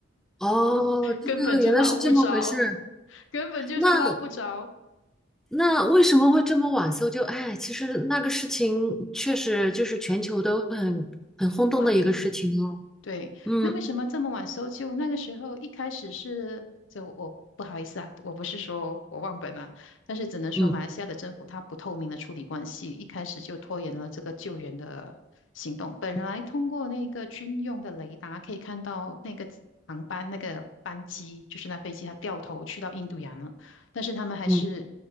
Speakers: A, in the centre; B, on the left.
A: 哦，这个原来是这么回事儿
B: 根本捞不着，根本就是捞不着。
A: 那那为什么会这么晚搜救？哎，其实那个事情确实就是全球都很很轰动的一个事情哦。
B: 很关注。对，
A: 嗯
B: 那为什么这么晚搜救？那个时候一开始是，就我不好意思啊，我不是说我忘本啊，但是只能说马来西亚的政府它不透明的处理关系，
A: 嗯
B: 一开始就拖延了这个救援的行动。本来通过那个军用的雷达可以看到那个航班那个班机，
A: 嗯
B: 就是那飞机它掉头去到印度洋了，但是他们还是
A: 嗯，